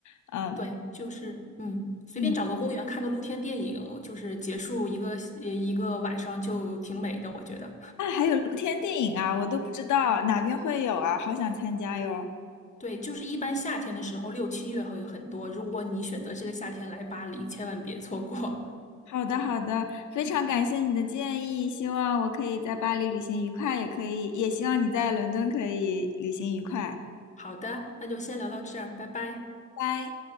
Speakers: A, on the left; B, on the left.
A: 嗯、
B: 对，就是嗯，随便找个公园看个露天电影，
A: 嗯，
B: 就是结束一个一个晚上就挺美的，我觉得。
A: 啊，还有露天电影啊，我都不知道哪边会有啊，好想参加哟。
B: 对，就是一般夏天的时候，六七月会很多。如果你选择这个夏天来巴黎，千万别错过。
A: 好的，好的，非常感谢你的建议，希望我可以在巴黎旅行愉快，也可以，也希望你在伦敦可以旅行愉快。
B: <laughs> 好的，那就先聊到这儿，拜拜。
A: 拜。